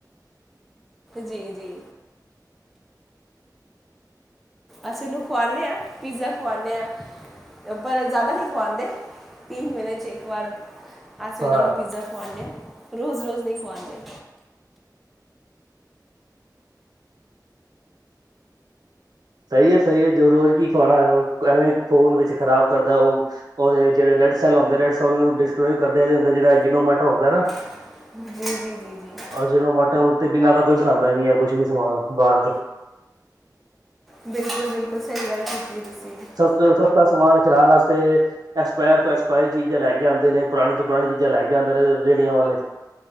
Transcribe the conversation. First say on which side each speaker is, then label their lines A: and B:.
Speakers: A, in the centre; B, on the right (about 65°).
A: ਜੀ -ਜੀ ਅਸੀ ਔਨੂੰ ਖੁਆਣੇ ਆਂ, ਪੀਜ਼ਾ ਖੁਆਣੇ ਆਂ ਪਰ ਜ਼ਾਦਾਦਾ ਨੀ ਖੁਆਦੇ ਤੀਨ ਮਹੀਨੇ 'ਚ ਇੱਕ ਵਾਰ ਅਸੀਂ
B: ਹਾਂ
A: ਔਨਾਂ ਨੂੰ ਪੀਜ਼ਾ ਖਵਾਨੇ ਹਾਂ ਰੋਜ਼ ਰੋਜ਼ ਨਹੀਂ ਖਵਾਉਂਦੇ।
B: ਸਈ ਐ ਸਈ ਐ ਜੋ ਰੋਜ਼ ਕੀ ਖਵਾਨਾ ਹੈ ਔ ਐਵੇਂ ਖੋਨ ਵਿੱਚ ਖ਼ਰਾਬ ਕਰਦਾ ਔ ਔਵੇਂ ਔ ਜੇੜਾ ਰੈਡ ਸੈਲ ਹੋਂਦੇ ਨੇ ਸੈਲ ਨੂੰ ਡਿਸਕਨੈਕਟ ਕਰਦੇ ਹੈਗੇ ਦੇ ਜਿਹੜਾਨੋਮਾ ਹੁੰਦਾ ਨਾ <unintelligible>
A: ਹਮ। ਹਮ- ਹਮ -ਹਮ,
B: ਆ ਜ ਦੋਂ ਮਾਟਾ- ਮੁਟਾ ਤ ਬਿਲਾਵਾ ਕੋਈ ਬਨਾਦਾ ਨੀ ਹੈ ਕੁਛ ਵੀ ਸਮਾਨ ਬਾਹਰ ਤ
A: ਬਿਲਕੁਲ -ਬਿਲਕੁਲ ਸਈ ਗੱਲ ਕੀਤੀ ਐ ਤੁਸੀਂ
B: ਤੇ ਔ ਸਸਤਾ ਸਮਾਨ ਖਿਲਾਨ ਵਾਸਤੇ ਐਕਸਪੈਰ ਤੋਂ ਐਕਸਪਾਇਰੀ ਚੀਜ਼ਾਂ ਲੈ ਕੇ ਆਂਦੇ ਨੇ, ਪੁਰਾਣੀ ਤੋਂ ਪੁਰਾਣੀ ਚੀਜ਼ਾਂ ਲੈ ਕੇ ਆਂਦੇ ਨੇ ਰੇਅ ੜੀਆਂ ਵਾਲੇ